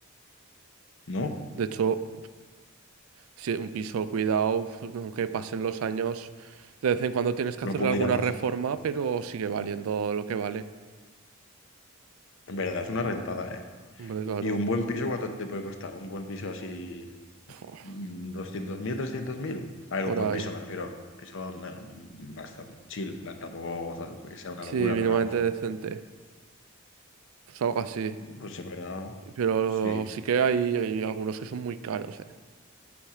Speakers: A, on the left; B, on the right.
A: No,
B: De hecho, si un piso cuidado, aunque pasen los años, de vez en cuando tienes que
A: lo
B: hacerle
A: puedo
B: alguna
A: ir a más.
B: reforma, pero sigue valiendo lo que vale.
A: En verdad, es una rentada, ¿eh?
B: Hombre, claro.
A: Y un buen piso, ¿cuánto te puede costar? Un buen piso así,
B: Puf,
A: mm, doscientos mil, trescientos mil A ver,
B: Por
A: un buen
B: ahí.
A: piso, me refiero. Piso na- mm, bastante chill, en plan, tampoco o sea, que sea una
B: Sí,
A: locura,
B: mínimamente
A: pero vamos.
B: decente. Pues algo así.
A: Pues en verdad,
B: Pero
A: sí.
B: sí que hay, hay algunos que son muy caros, eh.